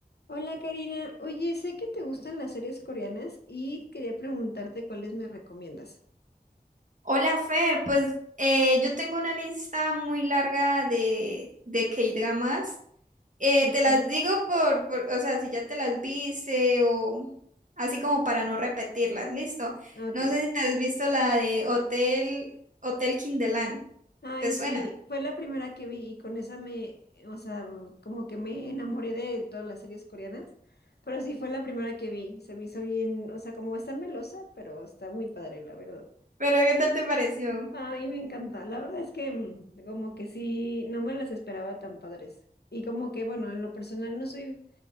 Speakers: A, on the left; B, on the right.
A: Hola Karina, oye, sé que te gustan las series coreanas y quería preguntarte cuáles me recomiendas.
B: Hola Fer, pues eh, yo tengo una lista muy larga de, de K-dramas. Eh,
A: Ajá.
B: te las digo por, por- o sea, si ya te las viste o así como para no repetirlas, listo.
A: Ok.
B: No sé si te has visto la de Hotel, Hotel Kinderland,
A: Ay,
B: ¿te suena?
A: sí, fue la primera que vi y con esa me, o sea, como que me enamoré de todas las series coreanas, pero sí fue la primera que vi, se me hizo bien, o sea, como está melosa, pero está muy padre, la verdad.
B: Pero ¿qué tal te pareció?
A: Ay, me encanta, la verdad es que mm, como que sí, no me las esperaba tan padres. Y como que, bueno, en lo personal no soy